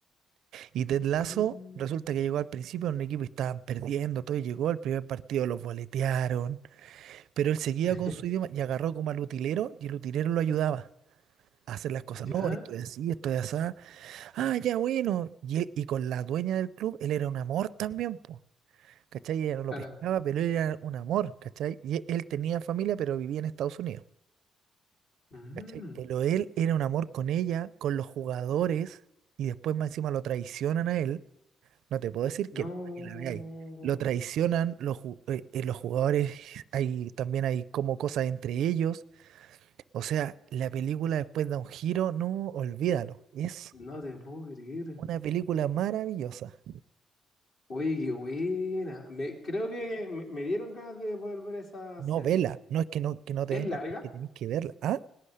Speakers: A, on the right; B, on the left.
A: Y Ted Lasso
B: mm,
A: resulta que llegó al principio a un equipo y estaban perdiendo, todo, y llegó al primer partido, los boletearon, pero él seguía
B: <laughs>
A: con su idioma y agarró como al utilero y el utilero lo ayudaba. a hacer las cosas,
B: ya.
A: no, esto es así, esto es así, ah, ya bueno, y él, y con la dueña del club, él era un amor también, po, ¿cachai? Ella no lo
B: claro
A: pescaba, pero él era un amor, ¿cachai? Y él tenía familia, pero vivía en Estados Unidos.
B: Mm,
A: ¿Cachai? Pero él era un amor con ella, con los jugadores, y después más encima lo traicionan a él. No te puedo decir
B: no.
A: quién, para que la veáis. Lo traicionan, los, ju- eh, eh, los jugadores, hay, también hay como cosas entre ellos. O sea, la película después da un giro, no, olvídalo. Es
B: No te puedo creer.
A: una película maravillosa.
B: Oye, qué buena. Me, creo que me, me dieron ganas de volver ver esa
A: No
B: serie.
A: vela, no es que no, que no te
B: Es
A: venga,
B: larga,
A: es que tenéis que verla. Ah,